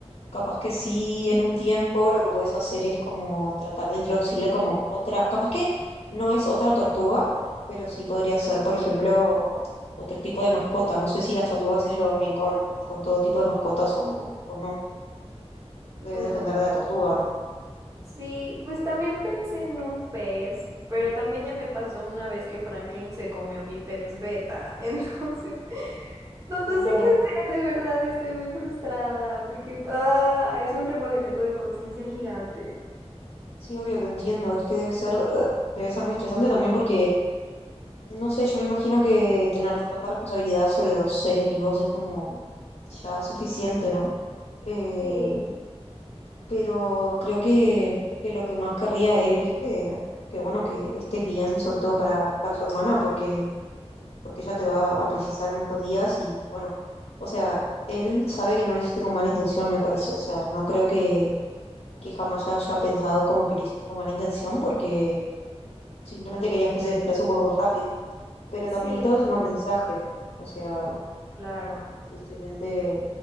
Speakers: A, on the left; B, on the right.
A: Capaz que sí, en un tiempo lo que puedes hacer es como tratar de introducirle como otra, capaz que no es otra tortuga, pero sí podría ser, por ejemplo, otro tipo de mascota. No sé si las tortugas se llevan bien con, con todo tipo de mascotas o, o no. Debe
B: Mm,
A: depender de la tortuga o no.
B: Sí, pues también pensé en un pez, pero también ya me pasó una vez que Franklin se comió mi pez beta, <laughs> entonces no, no
A: Mm,
B: sé
A: Claro,
B: qué hacer, de verdad, y estoy muy frustrada porque ah, es un remordimiento de conciencia gigante.
A: sí, obvio que entiendo. Es que debe ser, eh, debe ser muy estresante también porque, no sé, yo me imagino que tener tanta responsabilidad sobre dos seres vivos es como ya suficiente, ¿no? Eh,
B: Sí.
A: pero creo que, que lo que más querría él es que, que, bueno, que estés bien, sobre todo para, para su hermana, porque, porque ella te va a precisar en estos días y bueno, o sea, él sabe que no lo hiciste con mala intención, me parece, o sea, no creo que, que jamás haya pensado como que lo hiciste con mala intención, porque simplemente querías que se desplace un poco más rápido, pero
B: Sí,
A: también todo es un aprendizaje, o sea,
B: claro. <laughs>
A: tristemente,